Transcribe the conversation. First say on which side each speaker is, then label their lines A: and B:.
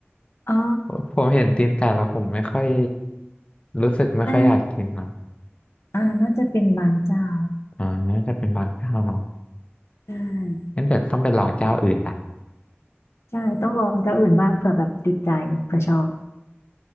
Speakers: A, on the left; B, on the left.
A: อ๋อ
B: ผมเห็นตีนไก่แล้วผมไม่ค่อยรู้สึกไม่ค่อยอยากกินนะ
A: น่าอ่าน่าจะเป็นบางเจ้า
B: อ่าน่าจะเป็นบางเจ้าเนาะ
A: ใช่
B: งั้นเดี๋ยวต้องไปลองเจ้าอื่นละ
A: ใช่ต้องลองเจ้าอื่นบ้างเผื่อแบบติดใจเผื่อชอบ